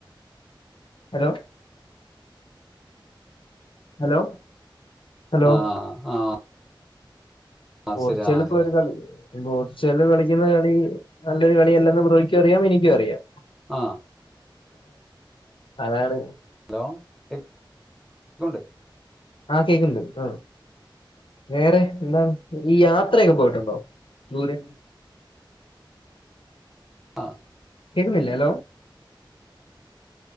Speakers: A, on the left; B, in the centre.
A: ഹലോ ഹലോ ഹലോ
B: ആ ആ അത്
A: പോർച്ചുഗല്
B: ശരി ആ
A: ഇപ്പൊ
B: ശരി
A: ഒരു കളി പോർച്ചുഗല് കളിക്കുന്ന കളി നല്ലൊരു കളിയല്ലെന്ന് ബ്രോയ്ക്കും അറിയാം എനിക്കും അറിയാം
B: ആഹ്
A: അതാണ്
B: ഹലോ <unintelligible>
A: ആഹ് കേക്ക്ണ്ട് ആഹ് വേറെ എന്താണ് ഈ യാത്രയൊക്കെ പോയിട്ടുണ്ടോ ദൂരെ
B: ആഹ്
A: കേക്കുന്നില്ല ഹലോ